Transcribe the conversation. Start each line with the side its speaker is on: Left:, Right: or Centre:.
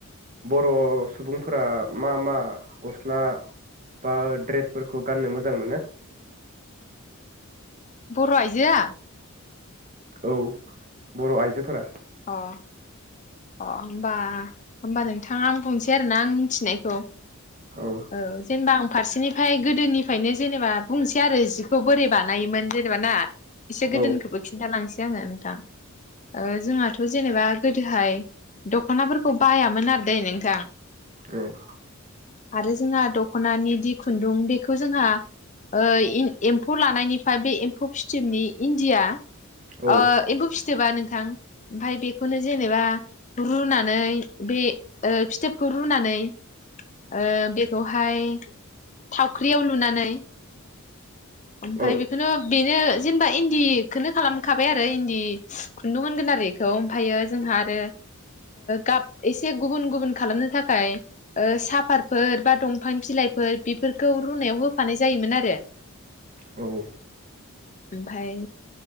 Right: बर' सुबुंफोरा मा मा गस्ला बा ड्रेसफोरखौ गाननो मो जां मोनो
Left: बर' आइजोआ?
Right: औ बर' आइजोफोरा
Left: अ अ होमबा-होमबा नोंथां आं बुंसै आरोना आं मिथिनायखौ।
Right: औ
Left: ओ जेनबा आं फारसेनिफाय गोदोनिफायनो जेनेबा बुंसै आरो जिखौ बोरै बानायोमोन जे नेबा ना इसे गोदोनिखोबो
Right: औ
Left: खिन्थालां सै आङो नोंथां ओ जोंहा थ' जेनेबा गोदोहाय दख'नाफोरखौ बायामोन आरो दे नोंथां।
Right: औ
Left: आरो जोंहा द ख'नानि दि खुन्दुं बेखौ जोंहा ओ इमदि-एम्फौ लानायनिफा बे एम्फौ फिथोबनि इण्डिया
Right: औ
Left: ओ एम्फौ फिथोबा नोंथां। ओमफाय बेखौनो जेनेबा रुनानै बे ओ फिथोबखौ रुनानै ओ बे खौहाय थावख्रियाव लुनानै ओमफफ्राय
Right: औ
Left: बेखौनो बेनो जेनेबा इन्दिखौनो खालामखाबाय आरो इन्दि खुन्दुं मोनगोन आरो बेखौ ओमफ्रायो जोंहा आरो गाब एसे गुबुन गुबुन खालामनो थाखाय साफातफोर बा दंफां बिलाइफोर बेफोरखौ रुनायाव होफानाय जायोमोन आरो
Right: औ
Left: ओमफ्राय